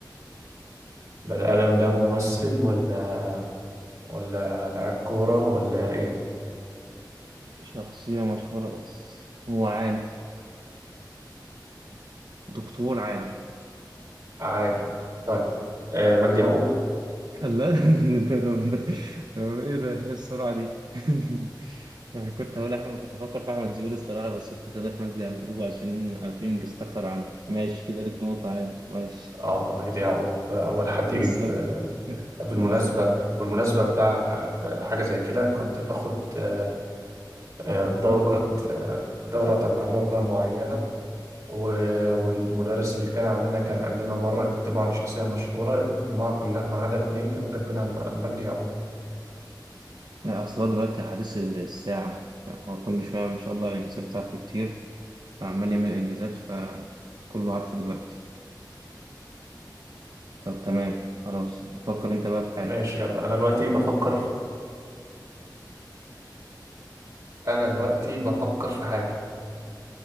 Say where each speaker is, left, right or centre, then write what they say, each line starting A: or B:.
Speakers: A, on the right; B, on the right.
A: بني آدم ده ممثل ولا ولا لاعب كورة ولا ايه
B: شخصية مشهورة بس هو عالم دكتور عالم
A: عادي طيب آه مجدي يعقوب
B: الله <laughs> ده ده- ده- ده ايه ده ايه السرعة دي <laughs> أنا كنت هقول أحمد كنت هفكر في أحمد زويل الصراحة بس قلت خلينا في مجدي يعقوب عشان عارفين إنجازات أكتر عنه ماشي كده ليك نقطة عادي ماشي
A: اه انا يضيع او اول حد
B: لسه
A: يجي في
B: <laughs>
A: بالمناسبه
B: آه
A: بالمناسبه بتاع ح- حاجه زي كده كنت باخد آه، آه، دوره آه، دوره تبع لغه معينه و- والمدرس اللي كان عندنا كان قال لنا مره اكتبوا عن شخصيه مشهوره المجموعه كلها ما عدا اتنين كانوا كاتبين عن عن مجدي يعقوب
B: لا أصل هو دلوقتي حديث الساعة فهو كل شوية ما شاء الله الإنجازات بتاعته كتير فعمال يعمل إنجازات فكله عارفه دلوقتي طب تمام خلاص فكر أنت بقى في حاجة
A: ماشي يلا انا دلوقتي بفكر انا دلوقتي بفكر في حاجه